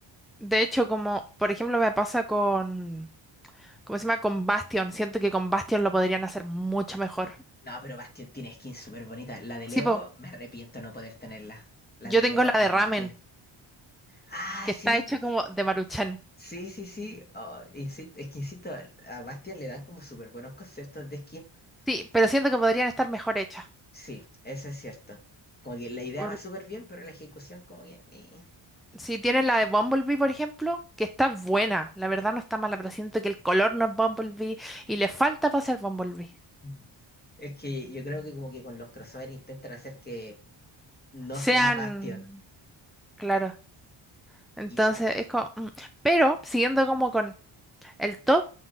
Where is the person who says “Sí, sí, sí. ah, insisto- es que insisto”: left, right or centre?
Left